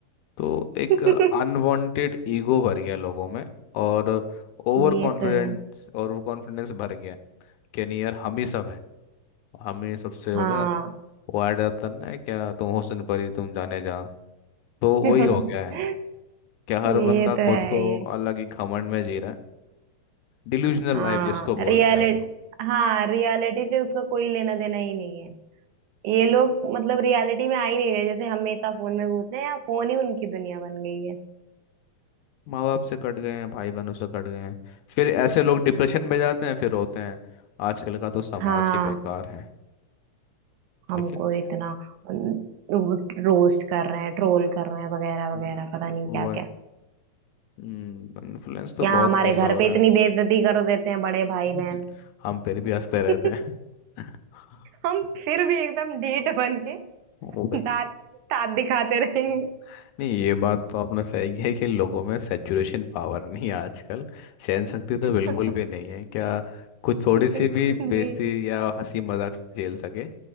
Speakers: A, on the left; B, on the right.
A: तो
B: <laughs>
A: एक
B: ये
A: अनवांटेड ईगो भर गया लोगों में और ओवर
B: तो
A: कॉन्फिडेंस
B: है
A: और कॉन्फिडेंस भर गया कि नहीं यार हम ही सब हैं हम ही सबसे
B: हाँ
A: होता है वो ऐड आता है ना क्या तुम हुस्न परी तुम जाने जा तो
B: <laughs>
A: वही
B: ये
A: हो गया है क्या हर
B: तो है
A: बंदा खुद को
B: ये
A: अलग ही घमंड में जी रहा है डिल्यूजनल
B: हाँ
A: लाइफ जिसको बोलते
B: रियलिटी
A: हैं हम लोग
B: हाँ रियलिटी से उसका कोई लेना देना ही नहीं है ये लोग मतलब रियलिटी में आ ही नहीं रहे जैसे हमेशा फोन में घुसते हैं या फोन ही उनकी दुनिया बन गई है
A: माँ बाप से कट गए हैं भाई बहनों से कट गए हैं फिर ऐसे लोग डिप्रेशन में जाते हैं फिर रोते हैं आजकल का तो समाज
B: हाँ
A: ही बेकार है
B: हमको
A: लेकिन
B: इतना रोस्ट कर रहे हैं ट्रोल कर रहे हैं वगैरह
A: हम्म,
B: वगैरह पता नहीं
A: वो
B: क्या क्या
A: इन्फ्लुएंस तो
B: यहाँ
A: बहुत
B: हमारे
A: गलत
B: घर
A: हो
B: पे
A: रहा
B: इतनी बेइज्जती कर देते हैं बड़े भाई
A: है
B: बहन
A: <laughs> हम फिर भी हंसते रहते
B: <laughs>
A: हैं <laughs>
B: हम फिर भी एकदम ढीठ बन के
A: वो भाई
B: दांत दांत दिखाते रहेंगे
A: हम्म। नहीं ये बात तो आपने सही की है कि लोगों में सैचुरेशन पावर नहीं है आजकल सहन शक्ति तो
B: <laughs>
A: बिल्कुल भी नहीं है क्या कुछ थोड़ी
B: बिल्कुल
A: सी भी बेइज्जती
B: भी
A: या हंसी मजाक झेल सके